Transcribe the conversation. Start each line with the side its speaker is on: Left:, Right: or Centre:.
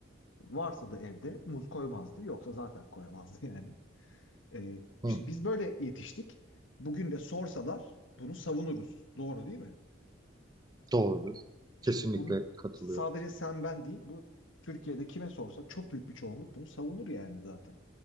Left: varsa da evde muz koymazdı, yoksa zaten koyamazdı <laughs> yani. Ee,
Right: hı
Left: şimdi
Right: hı,
Left: biz böyle yetiştik. Bugün de sorsalar bunu savunuruz. Doğru değil mi?
Right: doğrudur. Kesinlikle
Left: Şimdi bunu
Right: katılıyorum.
Left: sadece sen ben değil, bu Türkiye'de kime sorsa çok büyük bir çoğunluk bunu savunur yani zaten.